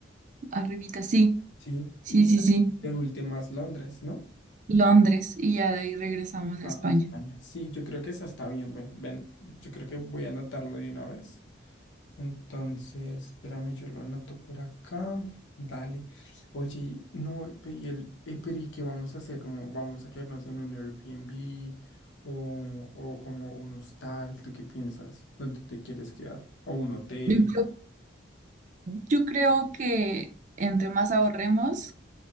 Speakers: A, on the right; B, on the left.
A: Arribita, sí,
B: ¿sí?
A: sí,
B: Y
A: sí, sí,
B: de últimas Londres, ¿no?
A: Londres, y ya de ahí regresamos a
B: A,
A: España.
B: a España. Sí, yo creo que esa está bien. Bueno, ven, yo creo que voy a anotarlo de una vez. Entonces, espérame, yo lo anoto por acá. Dale. Oye, no, pe- y el, eh, pero ¿y qué vamos a hacer? ¿Cómo vamos a quedarnos en un Airbnb o, o como un hostal? ¿Tú qué piensas? ¿Dónde te quieres quedar? ¿O un hotel?
A: Yo, yo- yo creo que entre más ahorremos